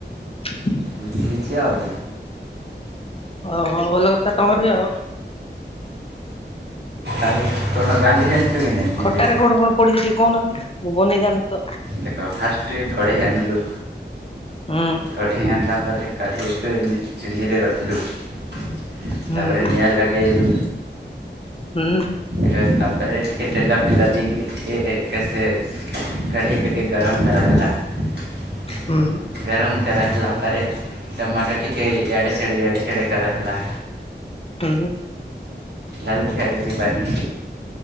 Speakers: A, on the left (about 30°); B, on the right (about 65°).
A: ହଁ <inaudible>
B: ଏମିତି ହେଇଛି ଆଉ
A: ହଉ ହଉ ଭଲ କଥା ତମରି ଆଉ
B: ଆଉ କ'ଣ ରାନ୍ଧି ଜାଣିଛ କି ନାହିଁ ନିଜେ
A: ଖଟାରେ କଣ କଣ ପଡିଛି ଟିକେ କହୁନାହାନ୍ତି ମୁଁ ବନେଇ ଜାଣିନି ତ
B: ଦେଖ ଫାଷ୍ଟରେ କଢ଼େଇ ଆଣିଲୁ
A: ହୁଁ।
B: କଢ଼େଇ ଆଣିଲା ପରେ କଢ଼େଇକୁ ନେ ଚୁଲିରେ ରଖିଲୁ। ତାପରେ
A: ହୁଁ
B: ନିଆଁ ଲଗେଇଲୁ।
A: ହୁଁ।
B: ହେ ତାପରେ ଟିକେ ତେଲ ଫେଲ ଦେଇକିରି ଟିକେ ଟେଷ୍ଟ କଢ଼େଇକୁ ଟିକେ ଗରମ କରାହେଲା। ଗର
A: ହୁଁ
B: ଗରମ କରାହେଲା ପରେ ଟମାଟୋ ଟିକେ ଇଆଡ଼େ ସିଆଡ଼େ ଇଆଡ଼େ ସିଆଡ଼େ କରାହେଲା।
A: ତୋର
B: କାଲି ସିଆଡେ ଯିବାନି।